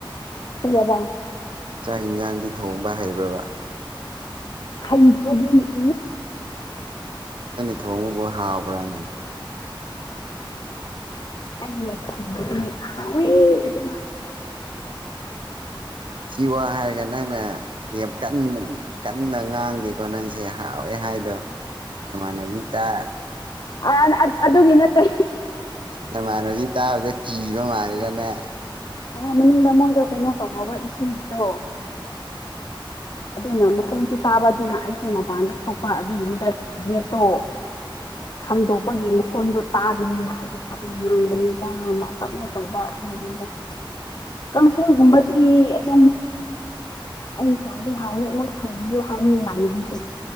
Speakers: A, on the left (about 50°); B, on the right (about 70°).
A: ꯀꯩꯌꯥꯕ
B: ꯆꯥꯛ ꯌꯦꯟꯁꯥꯡꯗꯤ ꯊꯣꯡꯕ ꯍꯩꯕ꯭ꯔꯕ
A: ꯍꯩꯇꯔꯥꯗꯤ ꯏꯁ
B: ꯅꯪꯅ ꯊꯣꯡꯉꯕꯨ ꯍꯥꯎꯕꯔꯅꯦ
A: ꯑꯩꯅ ꯊꯣꯡꯕꯒꯤꯅꯦ ꯍꯥꯎꯏ ꯑꯗꯨꯝ ꯍꯥꯢ
B: ꯖꯤꯋꯥ ꯍꯥꯏꯔꯒ ꯅꯪꯅ ꯌꯥꯝ ꯀꯟꯅ ꯀꯟꯅ ꯉꯥꯡꯗꯦꯀꯣ ꯅꯪꯁꯦ ꯍꯥꯎꯋꯦ ꯍꯥꯏꯗꯣ ꯅꯃꯥꯅꯕꯤ ꯇ
A: ꯑ ꯑꯗꯨꯒꯤ ꯅꯠꯇꯦ
B: ꯅꯃꯥꯟꯅꯕꯤ ꯇꯥꯕꯗ ꯀꯤꯕ ꯃꯥꯜꯂꯤꯀꯣ ꯅꯪ
A: ꯑꯗ ꯃꯅꯨꯡꯗ ꯃꯣꯏꯗꯣ ꯀꯩꯅꯣ ꯇꯧꯕ ꯏꯁꯤꯡꯒꯤꯗꯣ ꯑꯗꯨꯅ ꯃꯈꯣꯟꯁꯨ ꯇꯥꯕ ꯑꯗꯨꯅ ꯑꯩꯁꯨ ꯃꯄꯥꯟꯗ ꯊꯣꯛꯄ ꯑꯗꯨꯒꯤꯅꯤꯗ ꯒꯦꯠꯇꯣ ꯍꯥꯡꯗꯣꯛꯄꯒꯤ ꯃꯈꯣꯟꯗꯣ ꯇꯥꯕꯅꯤꯅ ꯍꯥꯏꯗꯣ ꯇꯞꯅ ꯉꯥꯡꯕꯅꯤꯗ ꯇꯞꯅ ꯇꯧꯕ ꯑꯗꯨꯒꯤꯅꯤꯗ ꯀꯥꯡꯁꯣꯢꯒꯨꯝꯕꯗꯤ ꯑꯗꯨꯝ ꯑꯩ ꯍꯥꯎꯗꯤ ꯍꯥꯎꯌꯦ ꯑꯃꯨꯛ ꯊꯣꯡꯕꯤꯌꯨ ꯍꯥꯏꯕꯅꯤ ꯏꯃꯥꯟꯅꯕꯤꯗꯣ